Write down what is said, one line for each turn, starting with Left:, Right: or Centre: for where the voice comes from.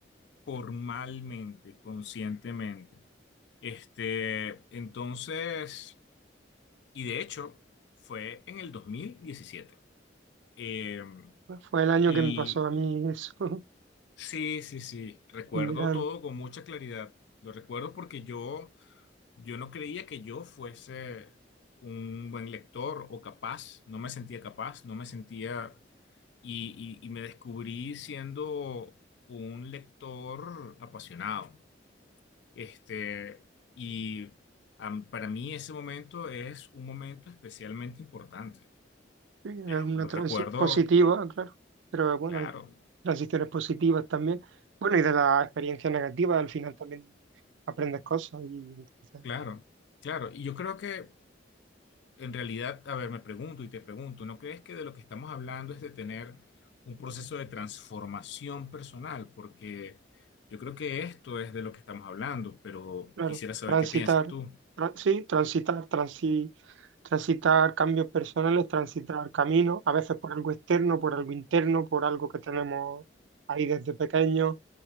Left: formalmente, conscientemente. Este, entonces, y de hecho, fue en el 2017. Eh,
Right: Fue el año
Left: y
Right: que me pasó a mí eso, <laughs>
Left: sí, sí, sí, recuerdo
Right: en verano.
Left: todo con mucha claridad. Lo recuerdo porque yo Yo no creía que yo fuese un buen lector o capaz, no me sentía capaz, no me sentía y, y- y me descubrí siendo un lector apasionado. Este, y am- para mí ese momento es un momento especialmente importante.
Right: Sí, es
Left: Eh,
Right: una
Left: lo
Right: transición
Left: recuerdo,
Right: positiva, claro, pero bueno,
Left: claro,
Right: hay transiciones positivas también. Bueno, y de la experiencia negativa al final también aprendes cosas y entonces,
Left: claro, claro. Y yo creo que En realidad, a ver, me pregunto y te pregunto, ¿no crees que de lo que estamos hablando es de tener un proceso de transformación personal? Porque yo creo que esto es de lo que estamos hablando, pero
Right: claro,
Left: quisiera saber
Right: transitar,
Left: qué piensas tú.
Right: tra- sí, transitar, transi- transitar cambios personales, transitar caminos, a veces por algo externo, por algo interno, por algo que tenemos ahí desde pequeño